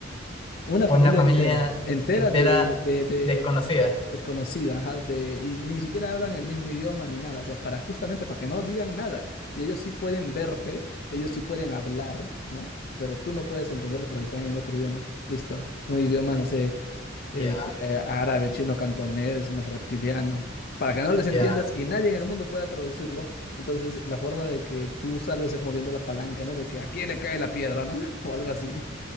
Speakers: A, on the left (about 50°); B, on the left (about 30°).
A: Una
B: Una
A: familia
B: familia
A: entera, entera
B: entera
A: de, de, de
B: desconocida.
A: desconocida, ajá, de, y ni siquiera hablan el mismo idioma ni nada, o sea, para justamente para que no digan nada. Y ellos sí pueden verte, ellos sí pueden hablar, ¿no? Pero tú no puedes entenderlos porque están en otro idioma. Listo, un idioma, no sé,
B: Ya,
A: eh, eh, árabe, chino, cantonés, más reptiliano. Para que no les entiendas
B: ya,
A: y nadie en el mundo pueda traducirlo, entonces la forma de que tú salves es moviendo la palanca, ¿no? De que a quién le cae la piedra, ¿no? <laughs> O algo así.